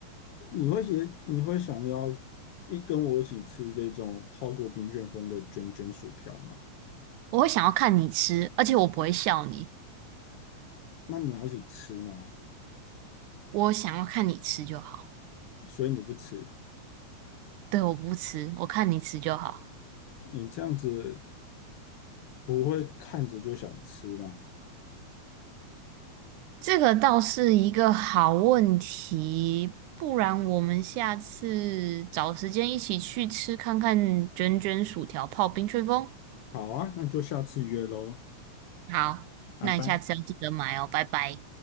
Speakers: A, on the left; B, on the right.
A: 你会也你会想要一跟我一起吃这种泡过冰旋风的卷卷薯条吗？
B: 我会想要看你吃，而且我不会笑你，
A: 那你要一起吃吗？
B: 我想要看你吃就好。
A: 所以你不吃，
B: 对，我不吃，我看你吃就好。
A: 你这样子不会看着就想吃吗？
B: 这个倒是一个好问题，不然我们下次找时间一起去吃看看卷卷薯条泡冰吹风。
A: 好啊，那就下次约喽，
B: 好，
A: 拜拜。
B: 那你下次要记得买哦，拜拜。